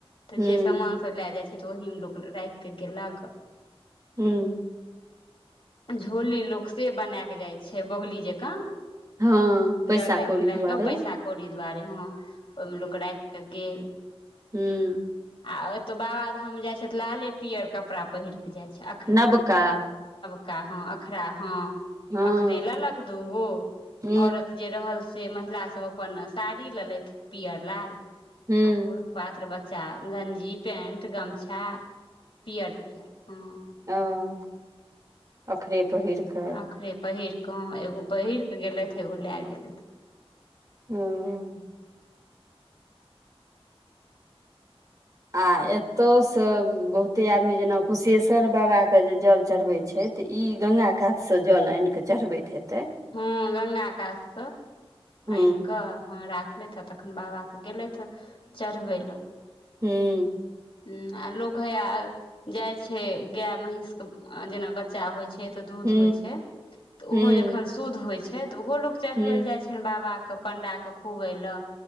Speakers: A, on the left; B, on the right.
A: तऽ
B: हूँ
A: जे समान सब लए जाय छै तऽ ओहि मे लोक रायख के गेलक
B: हूं
A: झोली लोक से बनेए क जाइ छै बोगली जकाँ,
B: हँ पैसा
A: गर्देन
B: कौड़ी
A: मे लए
B: दुआरे
A: क पैसा कौड़ी दुआरे हॅं ओहिमे लोक राखि के गेल।
B: हूं
A: आ एतौ बाबाधाम जाइ छै तऽ लाले पीयर कपड़ा पहिर कऽ जाइ छै।
B: नबका,
A: अखरा ह अखरा ह
B: हँ
A: अखरे लेलक दूगो
B: ह
A: औरत जे रहल से महिला सब अपन साड़ी लेलथि पीअर लाल
B: ह
A: आ पु पुरुष पात्र बच्चा गंजी पेंट गमछा पीयर पीयर, हँ।
B: हॅं अखरे पहिर कऽ
A: अखरे पहिर कऽ हॅं एगो पहिर कऽ गेलथि एगो लए गेलथि।
B: हूं आ एतौ से बहुते आदमी जेना कुशेश्वर बाबा के जे जल चढ़बै छैथ तऽ ई गंगा कातसँ जल आनिकऽ चढ़बैत हेतैथ।
A: हूॅं गंगा कात सॅं
B: ह
A: आनि कऽ हँ राखलैथ आ तखैन बाबाके गेलैथ चढ़बै लए।
B: हूँ
A: हूॅं आ लोक हैया जाय छै गाय महींष के जेना बच्चा होय छै तऽ दूध
B: ह
A: होय छै तऽ
B: ह
A: ओहो जखन शुद्ध होय छै तऽ ओहो लोक चढ़बै
B: ह
A: लए जाय छैन बाबा के पण्डाके खुअबैलए।